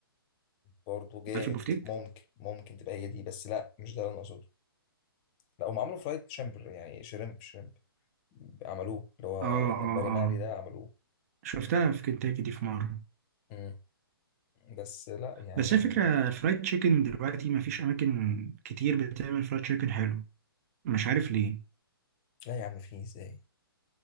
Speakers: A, on the left; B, on the right.
A: برضه جامد
B: عارف البفتيك
A: ممكن ممكن تبقى هي دي بس لا مش ده اللي انا اقصده لا هم عملوا فرايد شامبر يعني شريمب شريمب عملوه اللي هو
B: اه
A: جمبري
B: اه اه
A: مقلي ده عملوه
B: شفتها في كنتاكي دي في مره
A: مم. بس لا يعني
B: بس هي فكره الفرايد تشيكن دلوقتي ما فيش اماكن كتير بتعمل فرايد تشيكن حلو مش عارف ليه
A: لا يا عم في ازاي